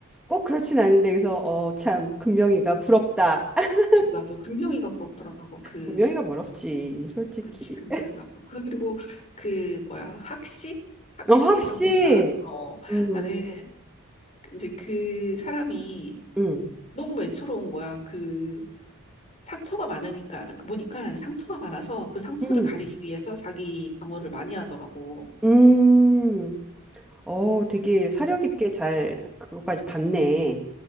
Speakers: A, in the centre; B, on the left.
A: 꼭 그렇진 않은데 그래서 어, 참 금명이가 부럽다. <laughs>
B: 그래서 나도 금명이가 부럽더라고. 그
A: 금명이가 부럽지, 솔직히.
B: 그치, 금요일과 그- 그리고 그 뭐야 학시? 학시라고
A: 어, 확실히.
B: 했나? 어,
A: 음,
B: 나는 이제 그 사람이
A: 음,
B: 너무 외로운 거야. 그 상처가 많으니까 그 보니까 상처가 많아서 그 상처를
A: 음,
B: 가리기 위해서 자기 방어를 많이 하더라고.
A: 음. 어, 되게 사려 깊게 잘 그거까지 봤네.